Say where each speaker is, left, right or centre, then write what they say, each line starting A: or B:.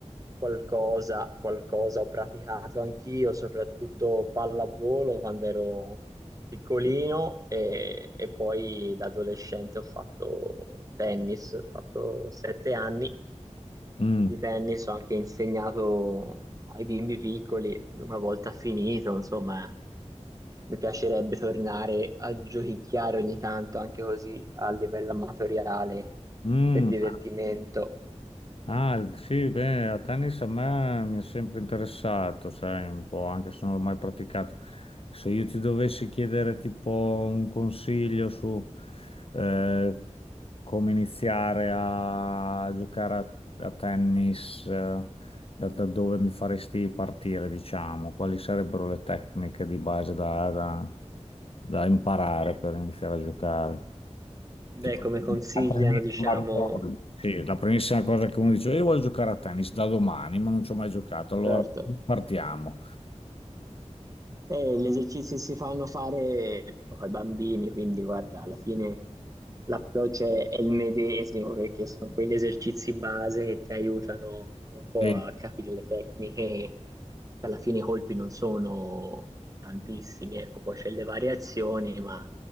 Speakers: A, on the right; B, on the left.
A: qualcosa, qualcosa ho praticato anch'io, soprattutto pallavolo quando ero piccolino e, e poi da adolescente ho fatto tennis, ho fatto sette anni
B: Mm.
A: di tennis, ho anche insegnato ai bimbi piccoli, una volta finito, insomma, mi piacerebbe tornare a giochicchiare ogni tanto, anche così a livello amatoriale,
B: Mm.
A: per divertimento.
B: Ah, sì, beh, a tennis a me mi è sempre interessato, sai, un po', anche se non l'ho mai praticato. Se io ti dovessi chiedere tipo un consiglio su eh, come iniziare a giocare a, a tennis, eh, da, da dove mi faresti partire, diciamo, quali sarebbero le tecniche di base da, da da imparare per iniziare a giocare?
A: Beh,
B: Tipo,
A: come consigliano,
B: la primissima
A: diciamo,
B: cosa, sì, la primissima cosa che uno dice, io voglio giocare a tennis da domani, ma non ci ho mai giocato, allora
A: certo.
B: partiamo.
A: Eh, gli esercizi si fanno fare proprio ai bambini, quindi guarda, alla fine l'approccio è è il medesimo perché sono quegli esercizi base che ti aiutano un po'
B: Sì,
A: a capire le tecniche. Alla fine i colpi non sono tantissimi, ecco, poi c'è le variazioni, ma